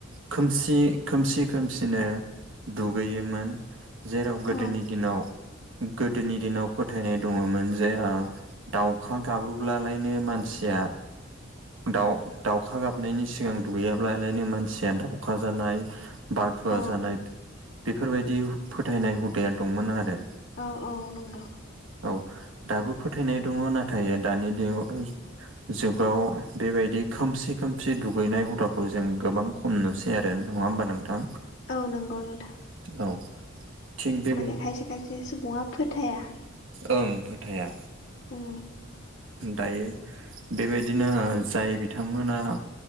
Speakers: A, on the right; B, on the left.
A: खोमसि खोमसि खोमसिनो दुगैयोमोन। जेराव गोदोनि
B: औ
A: दिनाव गोदोनि दिनाव फोथायनाय दङमोन जे अ दाउखा गाबोब्लालायनो मानसिया दाउ दावखा गाबनायनि सिगां दुगैयाब्लालायनो मानसिया दाउखा जानाय बाधुवा
B: औ
A: जानाय बेफोरबायदि फोथायनाय हुदाया दंमोन आरो
B: औ औ नंगौ
A: औ दाबो फोथायनाय दङ नाथाय दानि दिनाव जुगाव बेबायदि खोमसि खोमसि दुगैनाय हुदाखौ जों गोबां खम नुसै आरो नङा होमबा नोंथां?
B: औ नंगौ नोंथां।
A: औ थिग बेबायदि
B: माने खायसे खायसे सुबुङा फोथाया
A: ओं फोथाया
B: औ
A: दायो बेबायदिनो ओ जाय बिथांमोना